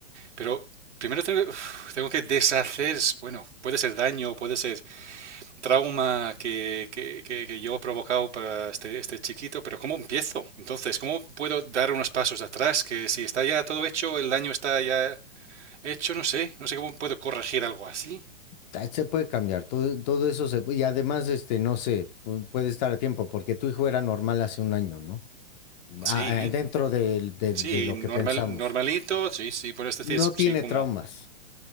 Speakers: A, on the right (about 80°); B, on the left (about 40°).
A: pero primero tengo, uf, tengo que deshacer, bueno, puede ser daño, puede ser trauma que, que, que- que yo he provocado para este, este chiquito, pero ¿cómo empiezo? Entonces, ¿cómo puedo dar unos pasos atrás? Que si está ya todo hecho, el daño está ya hecho, no sé, no sé cómo puedo corregir algo así.
B: Ah, Se puede cambiar, todo, todo eso se puede, y además, este, no sé, pu- puede estar a tiempo, porque tu hijo era normal hace un año, ¿no?
A: Sí,
B: Ah, ah, dentro del- de,
A: sí,
B: de lo
A: normal,
B: que pensamos.
A: normalito, sí, sí, puedes decir,
B: No tiene
A: sí, como,
B: traumas.